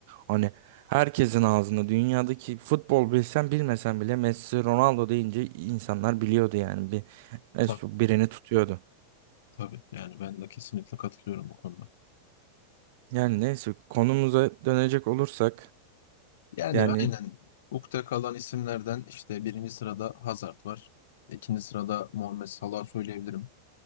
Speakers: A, on the right; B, on the left.
A: Hani herkesin ağzında dünyadaki futbol bilsen bilmesen bile Messi Ronaldo deyince insanlar biliyordu yani bir
B: Tabii
A: birini tutuyordu.
B: tabii. Yani ben de kesinlikle katılıyorum bu konuda.
A: Yani neyse konumuza dönecek olursak
B: Yani
A: yani
B: aynen ukde kalan isimlerden işte birinci sırada Hazard var. İkinci sırada Muhammed Salah söyleyebilirim.